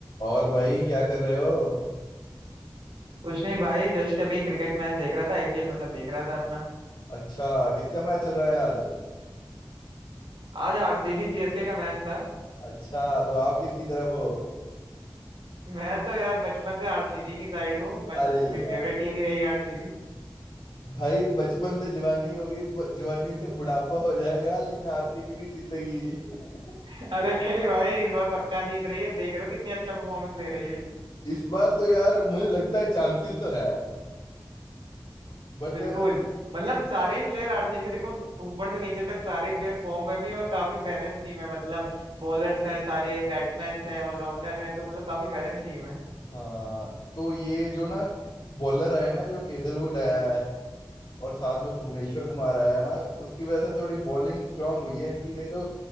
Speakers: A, on the left; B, on the right.
A: और भाई क्या कर रहे हो
B: कुछ नहीं भाई जस्ट अभी क्रिकेट मैच देख रहा था आईपीएल मतलब देख रहा था अपना
A: अच्छा किसका मैच चल रहा है आज
B: आज आरसीबी सीएसके का मैच था
A: अच्छा तो आप किसकी तरफ हो
B: मैं तो यार बचपन से आरसीबी की साइड हूँ बच
A: अरे
B: मेरी
A: यार
B: फेवरेट टीम ही रही आरसीबी
A: भाई बचपन से जवानी हो गई ब- जवानी से बुढ़ापा हो जाएगा लेकिन आरसीबी नहीं जीतेगी
B: <laughs> अरे नहीं भाई इस बार पक्का जीत रही है देख रहे हो कितनी अच्छा परफॉर्मेंस दे रही है
A: <laughs> इस बार तो यार मुझे लगता है चांसेस तो है बट
B: बिल्कुल मतलब सारे प्लेयर आरसीबी के देखो ऊपर से नीचे तक सारे प्लेयर फॉर्म में भी हैं और काफी बैलेंस टीम है मतलब बॉलर्स हैं सारे बैट्समैन हैं ऑलराउंडर हैं तो मतलब काफी बैलेंस टीम है
A: हाँ तो ये जो ना बॉलर आया है ना जो हेजलवुड आया है और साथ में भुवनेश्वर कुमार आया है ना उसकी वजह से थोड़ी बॉलिंग स्ट्रांग हुई है इनकी नहीं तो